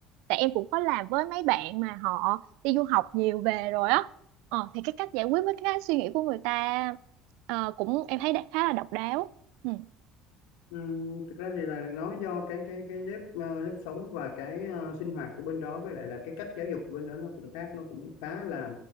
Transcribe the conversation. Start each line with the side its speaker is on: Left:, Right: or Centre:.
Right: tại em cũng có làm với mấy bạn mà họ đi du học nhiều về rồi á ờ, thì cái cách giải quyết với cái suy nghĩ của người ta ờ, cũng em thấy đã khá là độc đáo ừ.
Left: Ừm, thực ra thì là nó do cái cái cái nếp ờ, nếp sống và cái ờ, sinh hoạt của bên đó với lại là cái cách giáo dục của bên đó nó cũng khác nó cũng khá là